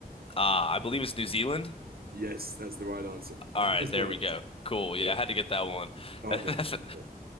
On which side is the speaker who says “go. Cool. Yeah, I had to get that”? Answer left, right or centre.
Left